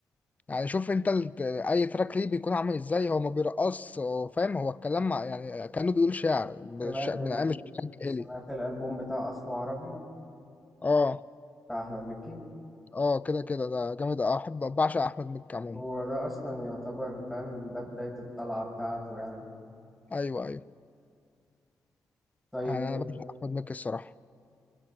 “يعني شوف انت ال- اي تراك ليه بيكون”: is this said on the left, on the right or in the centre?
Left